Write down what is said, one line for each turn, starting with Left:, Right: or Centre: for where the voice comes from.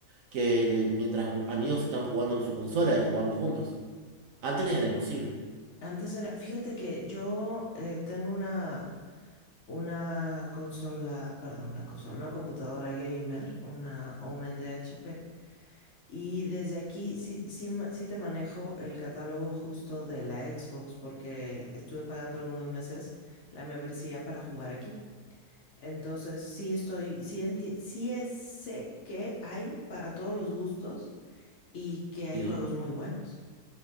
Right: que eh, mientras amigos están jugando en su consola y jugamos juntos. Antes era imposible.
Left: Antes era, fíjate que yo eh, tengo una, una consola, perdón, una consola, una computadora gamer, una Omen de HP. Y desde aquí sí, sí, ma- sí te manejo el catálogo justo de la Xbox porque estuve pagando algunos meses la membresía para jugar aquí. Entonces, sí estoy, sí, enti- sí es- sé que hay para todos los gustos y que hay
Right: Sí.
Left: juegos muy buenos.